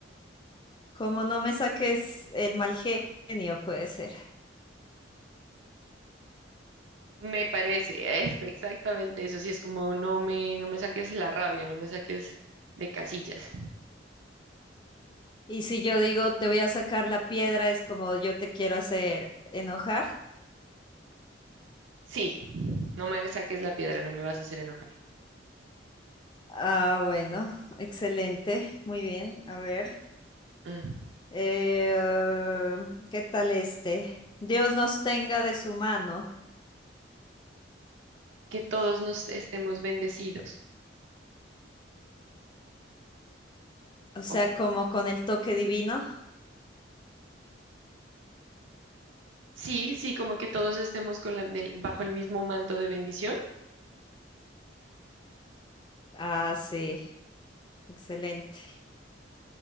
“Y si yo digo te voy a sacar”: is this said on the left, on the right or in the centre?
Left